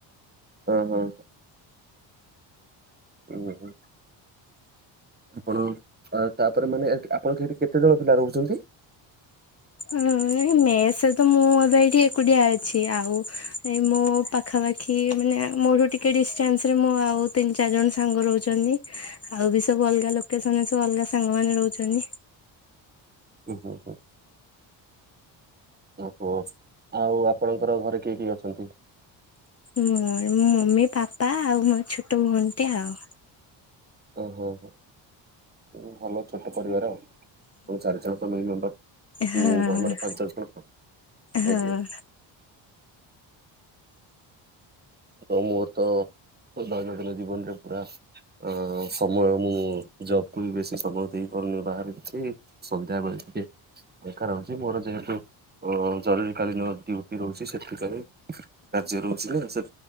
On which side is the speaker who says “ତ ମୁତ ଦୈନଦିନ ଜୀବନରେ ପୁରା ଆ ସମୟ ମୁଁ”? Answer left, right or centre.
Right